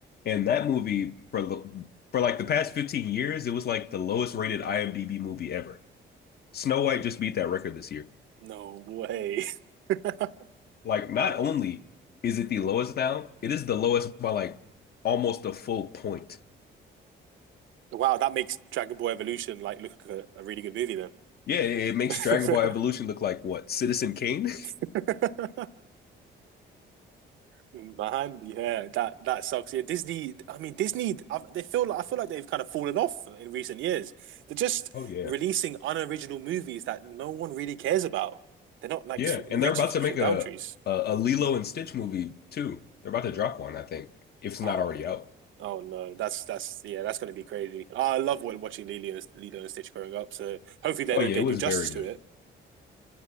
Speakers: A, on the left (about 55°); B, on the right (about 75°).
A: and that movie for lo- for like the past 15 years, it was like the lowest rated IMDb movie ever. Snow White just beat that record this year.
B: No way. <laughs>
A: Like not only is it the lowest now, it is the lowest by like almost a full point.
B: Wow, that makes Dragon Ball Evolution like look like a, a really good movie
A: Yeah, it it makes
B: then.
A: Dragon Ball Evolution look like what, Citizen Kane? <laughs>
B: <laughs> Man, yeah, that that sucks. Yeah, Disney. I mean, Disney. I, they feel like I feel like they've kind of fallen off in recent years. They're just
A: Oh yeah.
B: releasing unoriginal movies that no one really cares about. They're not like
A: Yeah,
B: s- reaching
A: and they're about
B: switching
A: to make
B: boundaries.
A: a, a a Lilo and Stitch movie too. They're about to drop one, I think, if it's
B: Oh,
A: not already out.
B: oh no, that's that's yeah, that's gonna be crazy. Oh, I love wa- watching Lilo, and- Lilo and Stitch growing up. So hopefully they
A: Oh
B: do
A: yeah,
B: they
A: it
B: do
A: was
B: justice
A: very
B: to
A: good.
B: it.